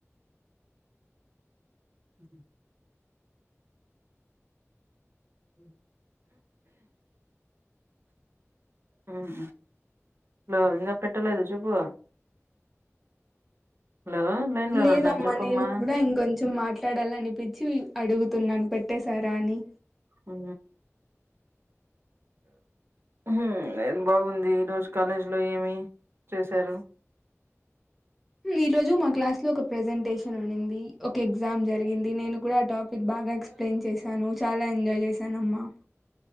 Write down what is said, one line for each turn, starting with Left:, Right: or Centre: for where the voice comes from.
Right: మ్మ్ హ్మ్
Centre: ఇది
Right: ఉమ్, హలో ఇంగా పెట్టలేదు చెపు హలో లైన్ లోనే
Centre: లేదమ్మా
Right: ఉన్నాను చెప్పమ్మా
Centre: నేను కూడా ఇంకొంచెం మాట్లాడాల అనిపిచ్చి అడుగుతున్నాను పెట్ చేసా రాని
Right: ఆ హ్మ్ బాగుంది ఈ రోజు కాలేజీ లో ఏమి చేశారు.
Centre: ఈ రోజు మా క్లాస్ లో ఒక ప్రెజెంటేషన్ ఉండింది. ఎగ్జామ్ జరిగింది నేను కరాటక్ బా ఎస్ప్ెయిన్ చేసాను చాలా ఎంాయ్ చేస సనమ్మ